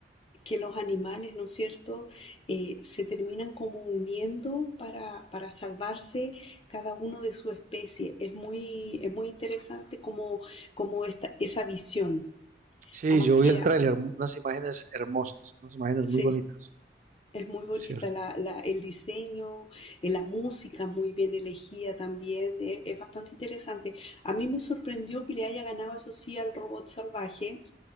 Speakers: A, on the left; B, on the right.
A: que los animales, ¿no es cierto?, eh, se terminan como uniendo para, para salvarse cada uno de su especie. Es muy, es muy interesante como, como esta, esa visión.
B: Sí,
A: Además
B: yo
A: que,
B: vi el
A: ah,
B: tráiler, unas imágenes hermosas, unas imágenes
A: sí.
B: muy bonitas.
A: Es muy
B: Eso
A: bonita
B: es cierto.
A: la, la- el diseño, eh, la música muy bien elegida también, eh, es bastante interesante. A mí me sorprendió que le haya ganado, eso sí, al robot salvaje,